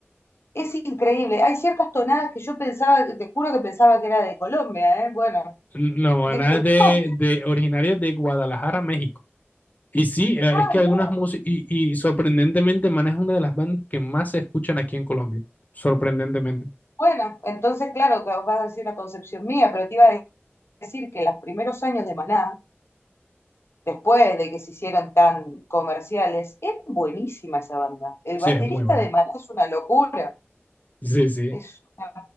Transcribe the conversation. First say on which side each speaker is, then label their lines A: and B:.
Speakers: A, on the left; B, on the left.
A: Es increíble. Hay ciertas tonadas que yo pensaba, te juro que pensaba que era de Colombia, ¿eh? Bueno,
B: No,
A: disculpame.
B: Maná es de,
A: <laughs>
B: de originaria de Guadalajara, México. Y sí, eh,
A: Ah,
B: es que algunas
A: no.
B: músicas, y, y sorprendentemente Maná es una de las bandas que más se escuchan aquí en Colombia. Sorprendentemente.
A: Bueno, entonces, claro, que vas a decir una concepción mía, pero te iba a decir que los primeros años de Maná, después de que se hicieron tan comerciales, es buenísima esa banda. El
B: Sí,
A: baterista
B: es muy bueno.
A: de Maná es una locura,
B: Sí, sí.
A: es, una-